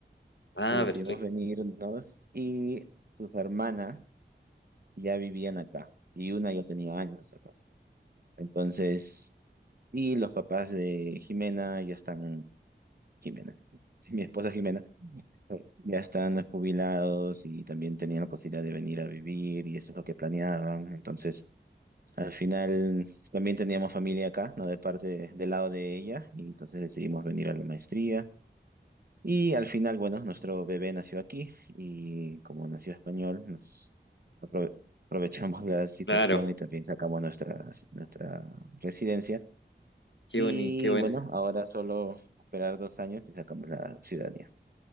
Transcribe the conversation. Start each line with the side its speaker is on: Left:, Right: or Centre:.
Left: Ah,
Right: Entonces decidimos
Left: perfecto.
Right: venirnos y sus hermanas. ya vivían acá y una ya tenía años acá. Entonces, y los papás de Jimena ya están, Jimena, <laughs> mi esposa Jimena, ya están jubilados y también tenían la posibilidad de venir a vivir y eso es lo que planeaban. Entonces, al final también teníamos familia acá, ¿no? De parte, del lado de ella y entonces decidimos venir a la maestría. Y al final, bueno, nuestro bebé nació aquí y como nació español, nos aprove- aprovechamos la situación
Left: Claro,
Right: y también sacamos nuestras, nuestra residencia.
Left: qué
Right: Y
Left: boni, qué buena.
Right: bueno, ahora solo esperar dos años y sacamos la ciudadanía.